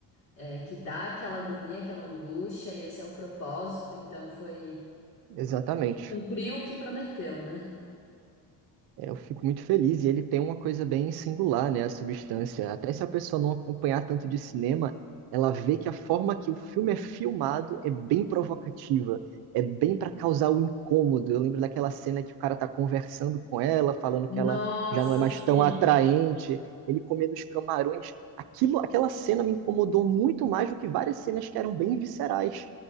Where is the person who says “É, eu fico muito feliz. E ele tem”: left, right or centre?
Right